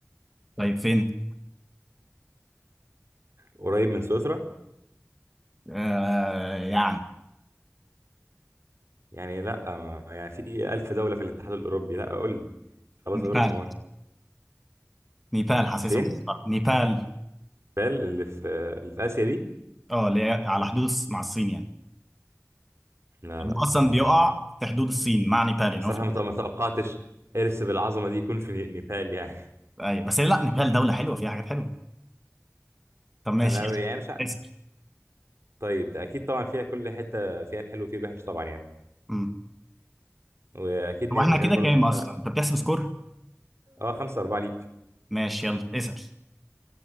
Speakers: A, in the centre; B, on the right.
A: طيب فين؟
B: قريب من سويسرا
A: آه يعني
B: يعني لأ ما- يعني في ألف دولة في الاتحاد الأوروبي لأ قول لي خلاص
A: نيبال
B: غلب حمار
A: نيبال حاسسها
B: فين
A: مخططة. نيبال
B: بال اللي في اللي في آسيا دي
A: اه اللي هي على حدود الص- مع الصين يعني
B: لا لا
A: هو اصلا
B: ما
A: بيقع في حدود الصين مع نيبال يعني
B: بصراحة
A: هو في
B: ما ما توقعتش إرث بالعظمة دي يكون في نيبال يعني <laughs>
A: أيوة. بس لا نيبال دوله حلوه فيها حاجات حلوه طب ماشي
B: أنا
A: يلا.
B: يعني مش ع-
A: اسال
B: طيب أكيد طبعا فيها كل حتة فيها الحلو وفيها الوحش طبعا يعني
A: امم
B: وأكيد ني-
A: هو احنا
B: نيبال
A: كده
B: برضو
A: كام
B: حتى
A: اصلا؟ انت بتحسب سكور؟
B: أه خمسة أربعة ليك
A: ماشي يلا اسال